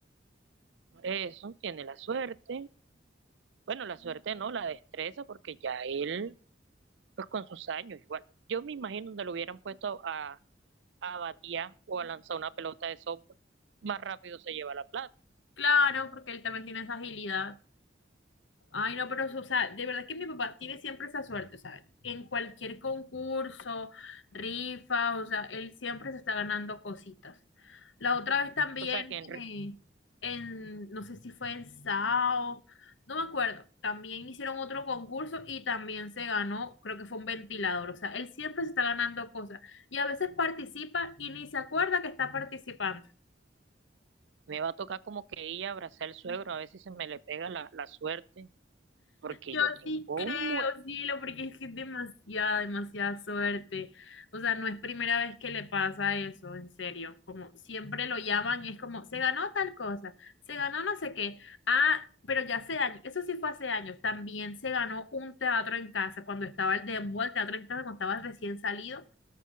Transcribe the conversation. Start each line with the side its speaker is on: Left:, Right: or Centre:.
Right: Por eso tiene la suerte. Bueno, la suerte no, la destreza, porque ya él, pues con sus años igual. Yo me imagino donde lo hubieran puesto a, a batear o a lanzar una pelota de softball, más rápido se lleva la plata.
Left: Claro, porque él también tiene esa agilidad. Ay, no, pero, o sea, de verdad que mi papá tiene siempre esa suerte, o sea, en cualquier concurso, rifa, o sea, él siempre se está ganando cositas. La otra vez también,
Right: O sea que en re-
Left: eh, en, no sé si fue en SAO, no me acuerdo, también hicieron otro concurso y también se ganó, creo que fue un ventilador, o sea, él siempre se está ganando cosas y a veces participa y ni se acuerda que está participando.
Right: me va a tocar como que ir a abrazar al suegro, a ver si se me le pega la, la suerte, porque
Left: Yo
Right: yo tengo
Left: sí creo,
Right: un buen,
Left: cielo, porque es que es demasiada, demasiada suerte. O sea, no es primera vez que le pasa eso, en serio. Como siempre lo llaman y es como, se ganó tal cosa, se ganó no sé qué. Ah, pero ya hace años, eso sí fue hace años. También se ganó un teatro en casa cuando estaba el demo, el teatro en casa, cuando estaba recién salido.